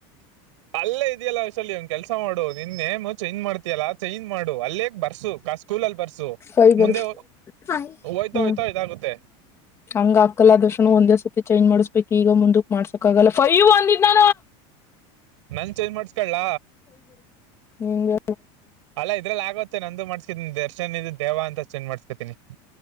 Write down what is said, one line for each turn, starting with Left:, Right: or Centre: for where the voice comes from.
Right: ಅಲ್ಲೇ ಇದೆಯಲ್ಲಶಲ್ಯ ಒನ್ ಕೆಲ್ಸ ಮಾಡು ನಿನ್ನೇಮ ಚೈಂಜ್ ಮಾಡ್ತಿಯಲ್ಲಾ ಚೈಂಜ್ ಮಾಡು ಅಲ್ಲೇಗ್ ಬರ್ಸು ಸ್ಕೂಲ ಅಲ್ಲಿ ಬರ್ಸು
Left: ಫೈ
Right: ಮುಂದೆ
Left: ಬರಿ ಹ್ಮ್
Right: ಹೋಯ್ತಾ ಹೋಯ್ತಾ ಇದಯಾಗುತ್ತೆ
Left: ಹಂಗ ಹಾಕಲ್ಲ ದರ್ಶಣ ಒಂದ್ ಚೈಂ್ ಮಾಡಿಸ್ಬೇಕಕ್ ಈಗ ಮುಂದಕ್ ಮಾಡ್ಸಕ್ ಆಗಲ್ಲ ಫೈ್ ಒಂದ್ಾನ
Right: ನನ್ ಚೇಂಜ್ ಮಾಡ್ಸ್ಕಲ್ಲ
Left: ನಿಂದು
Right: ಅಲ್ಲ ಇದ್ರಲ್ಲಿ ಆಗತ್ತೆ ನಂದು ಮಾಡ್ಸ್ಕತೀನಿ ದರ್ಶನ್ ಇದು ದೇವ ಅಂತ ಚೆಂದ್ ಮಾಡ್ಸ್ಕತೀನಿ